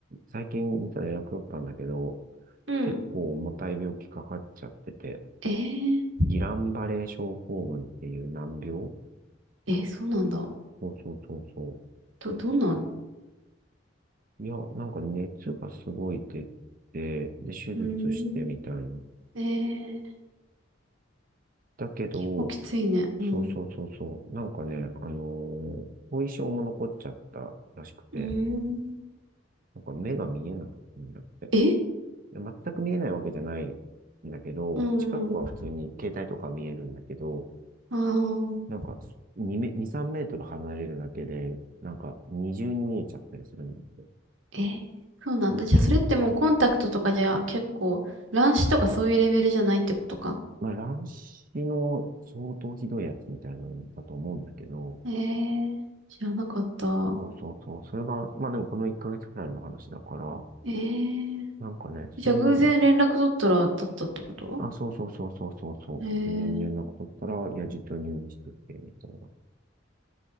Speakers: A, on the right; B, on the right.
A: 最近実は連絡取ったんだけど、
B: うん。
A: 結構重たい病気かかっちゃってて、
B: えー、
A: ギランバレー症候群っていう難病
B: え、そうなんだ。
A: そうそうそうそ
B: ど、どんな、う
A: う。いや、なんか熱がすごい出て、で、手術してみたいな。
B: ーん、えー、
A: だけど、
B: 結構きついね。うん。
A: そうそうそうそう。なんかね、あのー後遺症も残っちゃったらしくて、
B: うーん。
A: なんか目が見えないんだって。
B: え
A: で、全く見えないわけじゃないんだけど、
B: うん。
A: 近くは普通に携帯とか見えるんだけど、
B: ああ、
A: なんか2め、2、3メートル離れるだけで、なんか二重に見えちゃったりするんだけ
B: えー、そうなんだ。
A: ど。
B: じゃあ、
A: 結
B: それってもうコンタクトとかじゃ結構、乱視とかそういうレベルじゃないってことか。
A: まあ、乱視の相当ひどいやつみたいなんだと思うんだけど、
B: えー、知らなかった。
A: そうそうそう、それが、まあでもこの1ヶ月くらいの話だから、
B: えー、
A: なんかね、
B: じゃあ、
A: そういうの、
B: 偶然連絡取ったら、だったってこと
A: あ、そうそうそうそうそうそう、
B: えー、
A: 全然連絡取ったら、いや、じはと入院してて、みたいな。